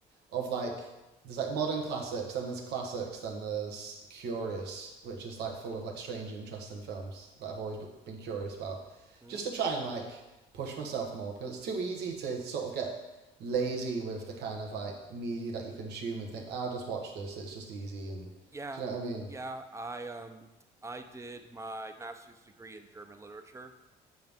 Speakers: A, on the right; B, on the right.
A: of like there's like modern classics, then there's classics, then there's curious, which is like full of like strange, interesting films that I've always been curious about,
B: Mm-hmm.
A: just to try and like push myself more because it's too easy to sort of get lazy with the kind of like media that you consume and think, "Ah, I'll just watch this. It's just easy, and
B: Yeah,
A: do you know what I mean?
B: yeah. I um I did my master's degree in German literature,